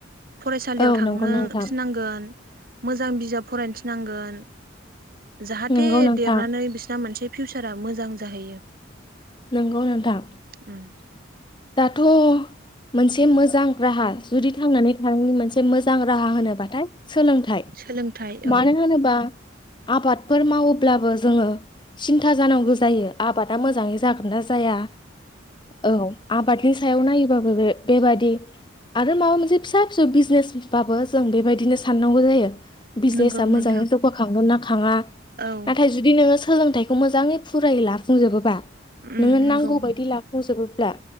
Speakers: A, on the right (about 45°); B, on the left (about 25°).
A: फरायसालियाव
B: औ
A: थांनो
B: नंगौ नोंथां
A: थिनांगोन। मोजां बिजाब फरायनोथिनांगोन जाहाथे
B: नंगौ नोंथां
A: देरनानै बिसिना मोनसे फिउचारा मोजां जाहैयो।
B: नोंगौ नोंथां।
A: उम।
B: दाथ' मोनसे मोजां राहा जुदि थांनानै मोन मोजां रा होनोबाथाय सोलोंथाय
A: सोलोंथाइ औ
B: मानो होनोबा आबादफोर मावोब्लाबो जोङो सिन्था जानांगौ जायो। आबादा मोजाङै जागोनना जाया औ। आबादनि सायाव नायोबाबो बे बेबादि आरो माबा मोनसे फिसा फिसौ बिजनेसबाबो जों बेबायदिनो साननांगौ जायो। बिजनेसा
A: नंगौ
B: मोजाङै
A: नोंथां
B: जौगाखांगोन ना खाङा।
A: औ।
B: नाथाय जुदि नोङो सोलोंथाइखौ मोजाङै फुरायो लाफुंजोबोबा
A: उम
B: नोङो
A: नंगौ
B: नांगौ बायदि लाखांजोबोब्ला